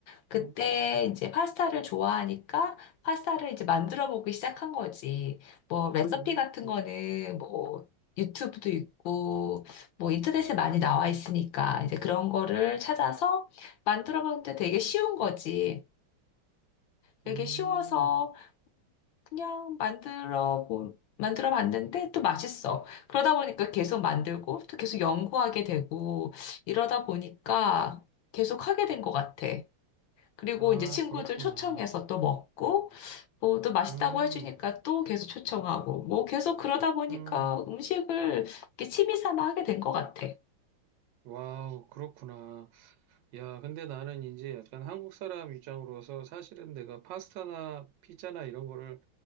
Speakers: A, on the left; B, on the right.
A: 그때
B: 음,
A: 이제 파스타를 좋아하니까 파스타를 이제 만들어 보기 시작한 거지. 뭐 레시피
B: 음,
A: 같은 거는 뭐 유튜브도 있고 뭐 인터넷에 많이 나와 있으니까 이제 그런 거를 찾아서 만들어 보는데 되게 쉬운 거지. 되게
B: 음.
A: 쉬워서 그냥 만들어 보 만들어 봤는데 또 맛있어. 그러다 보니까 계속 만들고 또 계속 연구하게 되고 이러다 보니까 계속 하게 된 것 같아. 그리고
B: 아,
A: 이제 친구들
B: 그렇구나.
A: 초청해서 또 먹고, 뭐 또 맛있다고
B: 음,
A: 해주니까 또 계속 초청하고, 뭐 계속 그러다 보니까
B: 음,
A: 음식을 이렇게 취미 삼아 하게 된 것 같아.
B: 와우, 그렇구나. 야, 근데 나는 이제 약간 한국 사람 입장으로서 사실은 내가 파스타나 피자나 이런 거를